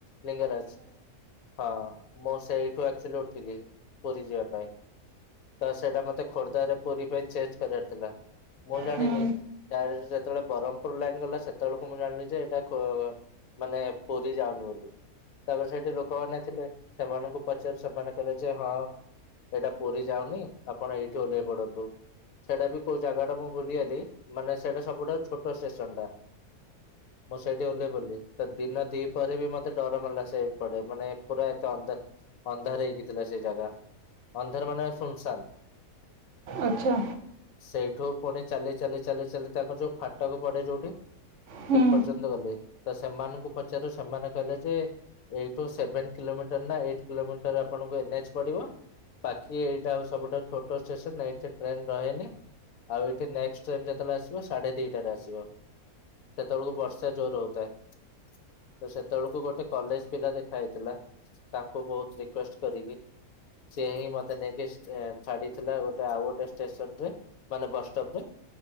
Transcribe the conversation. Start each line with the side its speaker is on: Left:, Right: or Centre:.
Left: ଲିଙ୍ଗରାଜ ହଁ ମୁଁ ସେଇଠୁ ଚଲ ଉଠିଲି ପୁର ଯିବା ପାଇଁ ତ ସେଇଟା ମତେ ଖୋର୍ଦ୍ଧାରେ ପୁରୀ ପାଇଁ ଚେଞ୍ଜ କରିବାର ଥିଲା। ମୁଁ ଜାଣିନି
Right: ହୁଁ
Left: ଡାଇରେକ୍ଟ ଯେତେବେଳେ ବ୍ରହ୍ମପୁର ଲାଗି ଗଲା ସେତେବେଳକୁ ମୁଁ ଜାଣିଲି ଯେ ଏଇଟା ମାନେ ପୁରୀ ଯାଉନି ବୋଲି ତାପରେ ସେଠି ଲୋକମାନେ ଥିଲେ ସେମାନଙ୍କୁ ପଚାରି ସେମାନେ କହିଲେ ଯେ ହଁ ଏଇଟା ପୁରୀ ଯାଉନି ଆପଣ ଏଇଠି ଓହ୍ଲେଇ ପଡନ୍ତୁ। ସେଇଟା ବି କୋଉ ଜାଗା ଟା ମୁଁ ଭୁଲିଗଲି ମାନେ ସେଇଟା ସବୁଠାରୁ ଛୋଟ ଷ୍ଟେସନ ଟା। ମୁଁ ସେଇଠି ଓହ୍ଲେଇ ପଡ଼ିଲି ତ ଦିନ ଦି ପହରେ ବି ମତେ ଡର ମାଡିଲା ସେପଡେ ମାନେ ପୁରା ଏତେ ଅନ୍ଦାର ଅନ୍ଧାର ହେଇକିଥିଲା ସେ ଜାଗା ଅନ୍ଧାର ମାନେ ସୁନସାନ
Right: ଆଚ୍ଛା
Left: ସେଠୁ ପୁଣି ଚାଲି ଚାଲି ଚାଲି ତାଙ୍କର ଯୋଉ ଫାଟକ ପଡେ ଯୋଉଠି
Right: ହୁଁ
Left: ସେ ପର୍ଯ୍ୟନ୍ତ ଗଲେ ତ ସେମାନଙ୍କୁ ପଚାରୁ ସେମାନେ କହିଲେ ଯେ ଏଇ ଟୁ ସେଭେନ କିଲୋ ମି ଗୋଟେ ହେଲା ଏଇଟ କିଲୋମିଟର ଆପଣଙ୍କୁ ଏନ ଏଚ୍ ପଡିବ। ବାକି ଏଇଟା ଆଉ ସବୁଠାରୁ ଛୋଟ ଷ୍ଟେସନ ଏଇଠି ଟ୍ରେନ ରହେନି। ଆଉ ଏଠି ନେକ୍ସଟ୍ ଟ୍ରେନ ଯେତେବେଳେ ଆସିବ ସାଢେ ଦିଟାରେ ଆସିବ। ସେତବେଳକୁ ବର୍ଷା ଜୋରେ ହଉଥାଏ। ତ ସେତବେଳକୁ ଗୋଟେ କଲେଜ ପିଲା ଦେଖା ହେଇଥିଲା ତା କୁ ବୋହୁତ ରିକୁଏଷ୍ଟ କରିକି ସିଏ ହି ମତେ ନେଇକି ଟ୍ରେ ଛାଡିଥିଲା ଗୋଟେ ଆଉ ଗୋଟେ ଷ୍ଟେସନରେ ମାନେ ବସ ଟପ୍ ରେ।